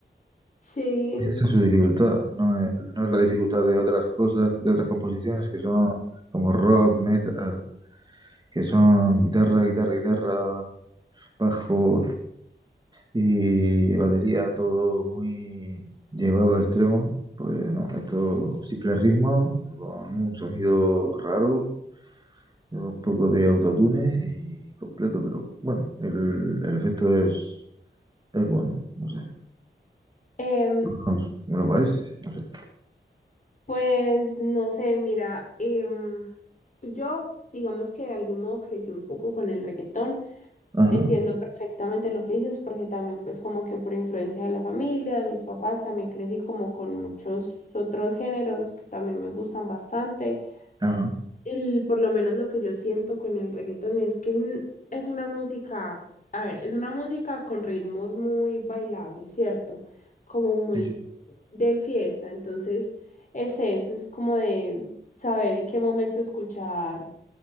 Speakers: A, on the left; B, on the right.
A: Sí.
B: Y esa es su dificultad, no es, no es la dificultad de otras cosas, de otras composiciones que son como rock, metal, que son guitarra, guitarra, guitarra, bajo y batería, todo muy llevado al extremo. Pues no, esto simple ritmo, con un sonido raro un poco de autotune y completo, pero bueno, el, el efecto es, es bueno, no sé,
A: Em,
B: No, me lo parece, no sé.
A: pues no sé, mira, em, pues yo digamos que de algún modo crecí un poco con el reggaetón.
B: Ajá,
A: Entiendo perfectamente lo que dices porque también pues como que por influencia de la familia, de mis papás, también crecí como con muchos otros géneros que también me gustan bastante.
B: ajá,
A: el- por lo menos lo que yo siento con el reggaetón es que n- es una música, a ver, es una música con ritmos muy bailables, ¿cierto? Como muy
B: sí, sí.
A: de fiesta, entonces es eso, es como de saber en qué momento escuchar